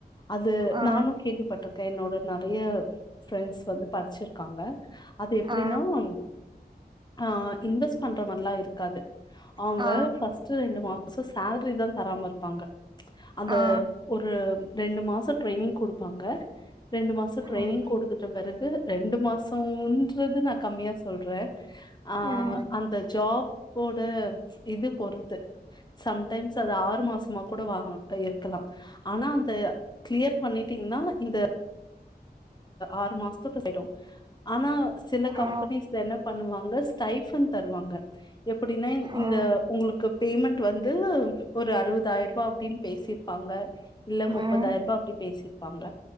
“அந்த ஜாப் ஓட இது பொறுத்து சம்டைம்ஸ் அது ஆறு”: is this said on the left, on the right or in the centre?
Left